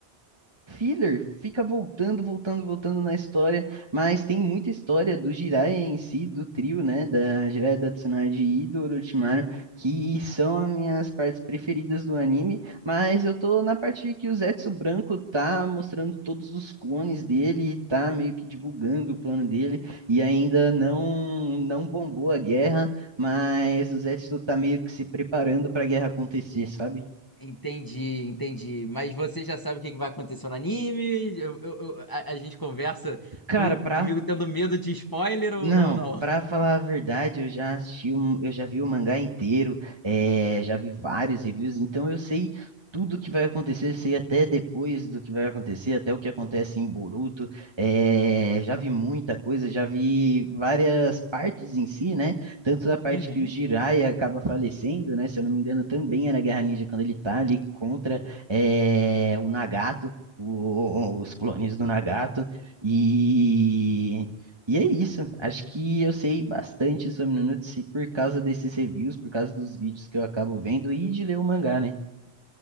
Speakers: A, on the right; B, on the left.
A: filler, fica voltando, voltando, voltando na história, mas tem muita história do Jiraiya em si, do trio, né, da Jiraiya, da Tsunade e do Orochimaru, que são as minhas partes preferidas do anime, mas eu tô na parte de que o Zetsu Branco tá mostrando todos os clones dele, tá meio que divulgando o plano dele, e ainda não, não bombou a guerra, mas o Zetsu tá meio que se preparando pra guerra acontecer, sabe?
B: Entendi, entendi. Mas você já sabe o que que vai acontecer no anime? Eu- eu- eu- a, a gente conversa
A: Cara,
B: com-
A: pra
B: comigo tendo medo de spoiler ou,
A: Não,
B: ou não?
A: pra falar a verdade, eu já assisti, um- eu já vi o mangá inteiro, eh, já vi vários reviews, então eu sei tudo o que vai acontecer, sei até depois do que vai acontecer, até o que acontece em Boruto. eh, já vi muita coisa, já vi várias partes em si, né? Tanto da parte
B: Uhum.
A: que o Jiraiya acaba falecendo, né? Se eu não me engano, também é na Guerra Ninja quando ele tá ali contra, eh, o Nagato. o- os clones do Nagato. E e é isso. Acho que eu sei bastante sobre Nanutsu por causa desses reviews, por causa dos vídeos que eu acabo vendo e de ler o mangá, né?